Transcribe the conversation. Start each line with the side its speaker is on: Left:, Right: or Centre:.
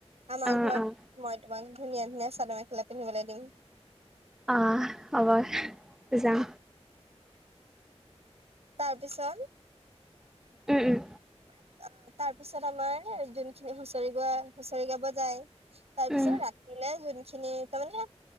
Right: আমাৰ
Centre: অ',
Right: ঘৰত।
Centre: অ',
Right: মই ইমান ধুনীয়া ধুনীয়া চাদৰ মেখেলা পিন্ধিবলে দিম।
Centre: আহ হ'ব যাম।
Right: তাৰ পিছত
Centre: উম উম।
Right: অ তাৰ পিছত আমাৰ যোনখিনি হুঁচৰি গোৱা, হুঁচৰি গাব যায়। তাৰপিছত
Centre: উম,
Right: ৰাতিলে যোনখিনি তাৰমানে